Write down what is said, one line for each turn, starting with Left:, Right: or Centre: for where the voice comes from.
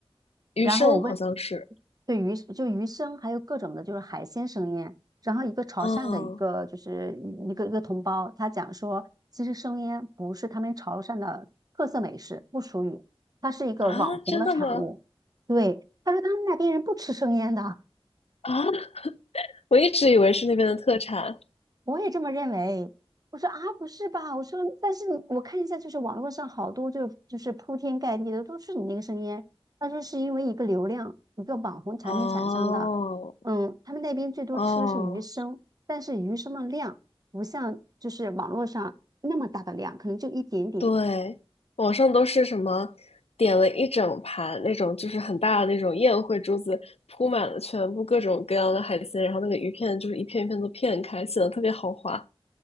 Left: 鱼生好像是。
Right: 然后我问，对鱼就鱼生，还有各种的，就是海鲜生腌。然后一个潮汕的一个就是一个一个同胞，
Left: 哦，
Right: 他讲说，其实生腌不是他们潮汕的特色美食，不属于，它是一个网红的产物。
Left: 啊，真的吗？
Right: 对，他说他们那边人不吃生腌的，
Left: 啊，我一直以为是那边的特产。
Right: 我也这么认为。我说啊，不是吧？我说，但是你我看一下，就是网络上好多就就是铺天盖地的都是你那个声音。他说是因为一个流量，一个网红产品产生的。
Left: 哦，
Right: 嗯，他们那边最多吃的是鱼生，
Left: 哦，
Right: 但是鱼生的量不像就是网络上那么大的量，可能就一点点。
Left: 对，网上都是什么点了一整盘那种，就是很大的那种宴会桌子，铺满了全部各种各样的海鲜，然后那个鱼片就是一片一片都片开，显得特别豪华。